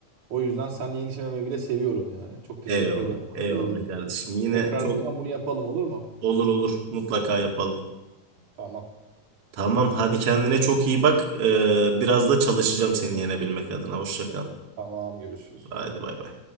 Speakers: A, on the right (about 75°); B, on the right (about 50°).
A: O yüzden seninle yenişememeyi bile seviyorum yani. Çok teşekkür
B: Eyvallah.
A: ederim vakit
B: Eyvallah
A: ayırdığın için.
B: kardeşim. Yine
A: Tekrardan
B: çok
A: o zaman bunu yapalım olur mu?
B: olur olur. Mutlaka yapalım.
A: Tamam.
B: Tamam hadi kendine çok iyi bak. Ee, biraz da çalışacağım seni yenebilmek adına. Hoşça kal.
A: Tamam görüşürüz.
B: Haydi bay bay.